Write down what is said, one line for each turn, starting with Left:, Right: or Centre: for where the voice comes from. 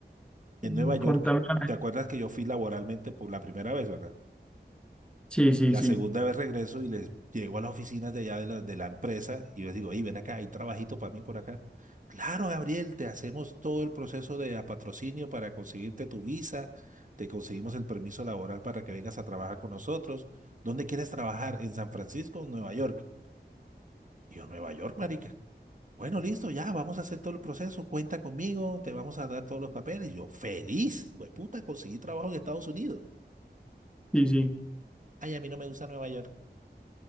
Right: en
Centre: Mm,
Right: Nueva York,
Centre: Contame. a ver.
Right: ¿te acuerdas que yo fui laboralmente por la primera vez, verdad?
Centre: Sí, sí,
Right: La
Centre: sí,
Right: segunda vez regreso y les llego a las oficinas de allá de la, de la empresa y les digo, hey, ven acá, hay trabajito para mí por acá. Claro, Gabriel, te hacemos todo el proceso de a patrocinio para conseguirte tu visa, te conseguimos el permiso laboral para que vengas a trabajar con nosotros. ¿Dónde quieres trabajar? ¿En San Francisco o Nueva York? Y yo, Nueva York, marica. Bueno, listo, ya, vamos a hacer todo el proceso, cuenta conmigo, te vamos a dar todos los papeles. Y yo, feliz, pues puta, conseguí trabajo en Estados Unidos.
Centre: sí, sí.
Right: Ay, a mí no me gusta Nueva York.